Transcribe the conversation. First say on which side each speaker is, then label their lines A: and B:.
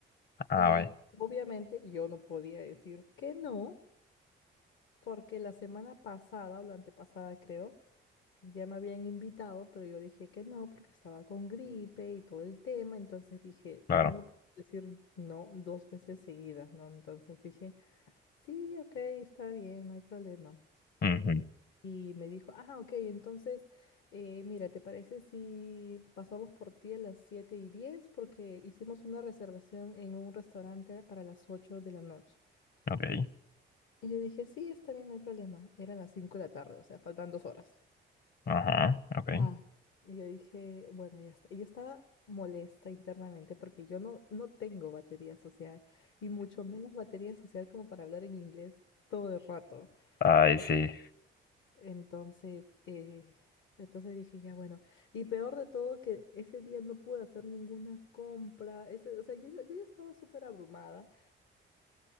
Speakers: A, on the left; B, on the left.
A: ah,
B: Y
A: vaya,
B: obviamente yo no podía decir que no, porque la semana pasada o la antepasada creo, ya me habían invitado, pero yo dije que no porque estaba con gripe y todo el tema, entonces dije,
A: claro.
B: no puedo decir no dos veces seguidas, ¿no? Entonces dije, sí, ok, está bien, no hay problema.
A: Ujú.
B: Y me dijo, ah, ok, entonces, eh, mira, ¿te parece si pasamos por ti a las siete y diez Porque hicimos una reservación en un restaurante para las 8 de la noche.
A: Ok,
B: Y yo dije, sí, está bien, no hay problema. Eran las 5 de la tarde, o sea, faltan dos horas.
A: ajá, ok.
B: Ah, Y yo dije, bueno, ya está. Y yo estaba molesta internamente porque yo no, no tengo batería social y mucho menos batería social como para hablar en inglés todo el rato.
A: Ay,
B: Eh,
A: sí.
B: Entonces, eh, entonces dije, ya bueno. Y peor de todo que ese día no pude hacer ninguna compra. Eso, o sea, yo, yo yo ya estaba súper abrumada